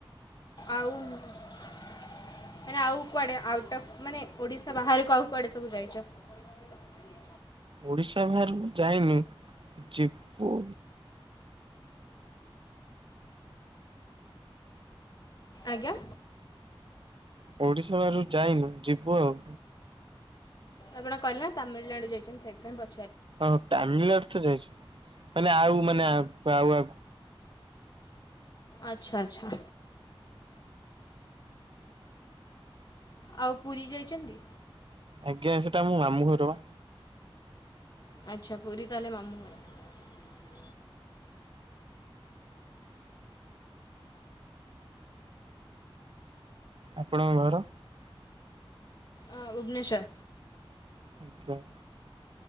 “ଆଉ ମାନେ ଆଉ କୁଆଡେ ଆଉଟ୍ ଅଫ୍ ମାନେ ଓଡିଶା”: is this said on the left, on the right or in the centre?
Left